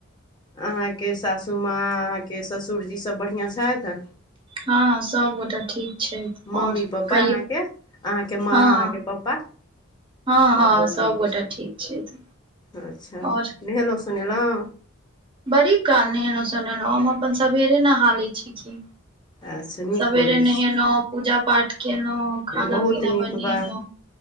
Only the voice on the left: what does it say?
अहाँके सासूमाँ अहाँके ससुरजीसभ बढ़िआँ छथि
मम्मी
पप्पा
अहाँके अहाँके माँ
अहाँके पप्पा
अच्छा
नहेलहुँ सुनेलहुँ
अच्छा नीक
करैत छी
बहुत
नीक
बात